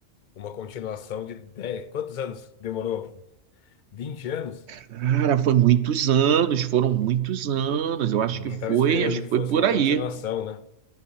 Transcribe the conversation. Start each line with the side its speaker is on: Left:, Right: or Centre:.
Left: uma continuação de 10, quantos anos demorou? vinte anos?
Right: Cara, foi muitos anos, foram muitos anos. Eu acho
Left: Ninguém
Right: que foi,
Left: estava esperando
Right: acho
Left: que
Right: que foi
Left: fosse
Right: por
Left: uma
Right: aí.
Left: continuação, né?